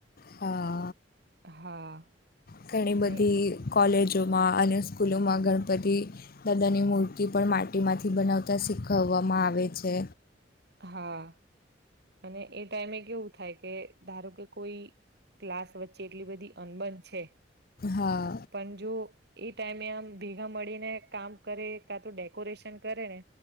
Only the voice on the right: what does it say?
હા
ને
હા અને એ ટાઈમે કેવું થાય કે ધારો કે કોઈ ક્લાસ વચ્ચે એટલી બધી અનબન છે
પણ જો એ ટાઈમે આમ ભેગા મળીને કામ કરે કા તો ડેકોરેશન કરે ને